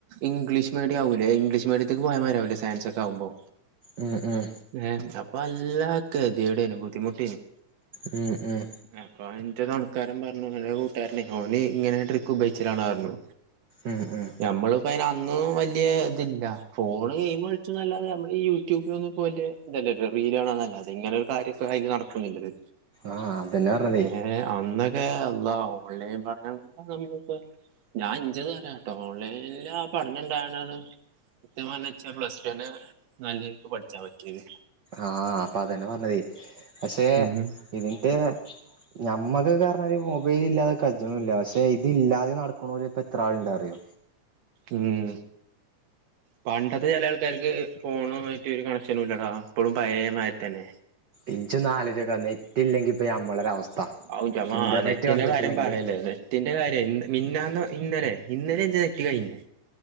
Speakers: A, on the right (about 85°); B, on the right (about 55°).
A: ഇംഗ്ലീഷ് മീഡിയാവൂലെ ഇംഗ്ലീഷ് മീഡിയത്ത്ക്ക് പോയമാരിയാവൂലെ സയൻസൊക്കെ ആവുമ്പോ.
B: ഉം, ഉം.
A: ഏഹ് അപ്പൊ നല്ല കേതിയേടേനു ബുദ്ധിമുട്ടേനു.
B: ഉം ഉം.
A: അപ്പൊ ന്റെ തൊണക്കാരൻ പറഞ്ഞു എന്റെ കൂട്ടുകാരനെ ഓന് ഇങ്ങനെ ട്രിക്ക് ഉപയോഗിച്ചലാണ് റഞ്ഞു.
B: ഉം ഉം
A: ഞമ്മള് പ്പോ ഐന് അന്നും വല്ല്യെ തില്ലാ ഫോണ് ഗെയിമ ച്ചും നല്ലാതെ നമ്മളീ യൂട്യൂബിലൊന്നും വല്ല്യെ ഇതല്ലല്ലോ റീല് കാണാനല്ലാതെ ഇങ്ങനെ ഒരു കാര്യൊക്കെ അതില് നടതക്കും നില്ലത്.
B: ആഹ് അതന്നെ പറഞ്ഞതേ
A: ഏഹ് അന്ന്. എ അള്ളാ ഓൺലൈൻ പഠനം കൊണ്ടാ നമ്മളിപ്പോ. ഞാൻ ഇഞ്ചത് പറയാട്ടോ ഓൺലൈനില് ആ പഠനംണ്ടായോണ്ടാണ് സത്യം പറഞ്ഞ ഇച്ചാ പ്ലസ് ടു. നെ നല്ലേൽക്ക് പഠിച്ചാ പറ്റ്യേത്.
B: ആഹ് അപ്പൊ അതന്നെ പറഞ്ഞത് പഷേ
A: ഉം
B: ഇന്റെ. ഞമ്മകൊക്കെ റഞ്ഞല് മൊബൈലില്ലാതെ കജ്ജ്ണൂല്ല പഷേ ഇത് ഇല്ലാതെ നടക്ക്ണോല് പ്പൊ എത്രാള്ണ്ടറിയോ.
A: ഉം. പണ്ടത്തെ ചെല ആൾക്കാര്ക്ക് ഫോണു ആയിട്ട് ഒരു കണക്ഷനും ഇല്ലടാ ഇപ്പഴും പയേമാരി തന്നെ.
B: ഇജെജാന്നാലോയ്ച്ചോക്കാ നെറ്റ് ഇല്ലെങ്കി ഇപ്പോം ഞമ്മളൊരവസ്ഥ
A: ഔന്റെമ്മാ
B: ഇൻറർനെറ്റ്
A: നെറ്റിന്റെ
B: കണ്ട് പിടിച്ചില്ലെങ്കില്.
A: കാര്യം പറയല്ലേ നെറ്റിന്റെ കാര്യം മിന്നാന്നാ, ഇന്നലെ ഇന്നലെ ന്റെ നെറ്റ് കയിഞ്ഞേ.